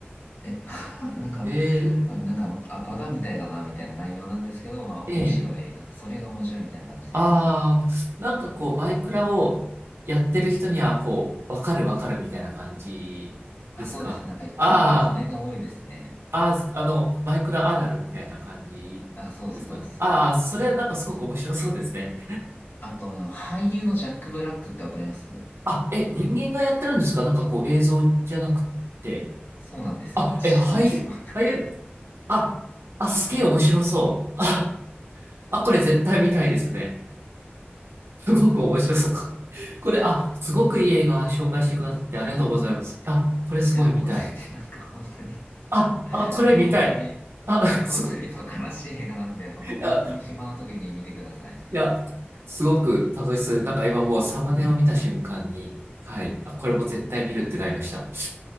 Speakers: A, on the left; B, on the right.
A: え、<laughs> なんか、
B: えー、
A: あなんか、あ、バカみたいだな、みたいな内容なんですけど、まあ、面白い。
B: ええ
A: なんか、それが面白いみたいな感じで。
B: ああなんかこう、マイクラをやってる人には、こう、わかるわかるみたいな感じですかあ
A: あ、そうです。なんか、結構小ネタ多いですね。
B: ああーあの、マイクラあるあるみたいな感じですかね。
A: あ、そうっす、そうっす。
B: ああ、それなんかすごく面白そうですね。
A: あと、あの、俳優のジャック・ブラックってわかります
B: あ、え、人間がやってるんですかなんかこう、映像じゃなくて。
A: そうなんですよ。
B: あ、
A: 実写なんですよ。
B: え、俳優、
A: <laughs>
B: 俳優、あ、あ、すげえ面白そう。あ、あ、これ絶対見たいですね。すごく面白そう。<laughs> これ、あ、すごくいい映画紹介してくださってありがとうございます。あ、これすごい見たい。
A: いや、もう全然、なんか、本当に、
B: あ、あ、これ見たい。
A: なんか、本当に、い
B: あ、
A: や、本当にバカらしい映画なんで、
B: すご、
A: あの、
B: いや、
A: 本当に暇な時に見てください。
B: いや、すごく楽しそうです。なんか今もうサムネを見た瞬間に、はい、あ、これも絶対見るってなりました。